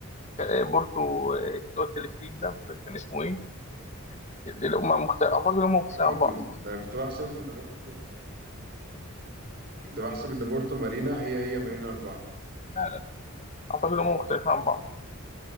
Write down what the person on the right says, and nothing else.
يا راجل
ده انا كنت بحسب ان بورتو كنت بحسب ان بورتو مارينا هي هي مارينا أربعة